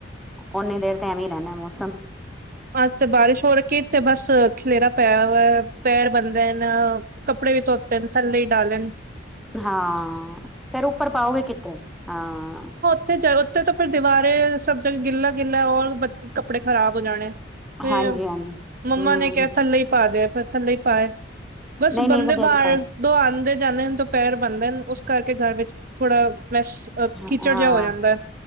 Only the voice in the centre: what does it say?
ਓਨੀ ਦੇਰ ਤੇ ਐਵੇਂ ਰਹਿੰਦਾ ਮੌਸਮ
ਹਾਂ ਫੇਰ ਉੱਪਰ ਪਾਓਗੇ, ਕਿੱਥੋਂ ਹਾਂ
ਹਾਂਜੀ ਹਾਂਜੀ
ਹਮ
ਨਹੀਂ ਨਹੀਂ
ਵਧੀਆ
ਕੀਤਾ
ਹਾਂ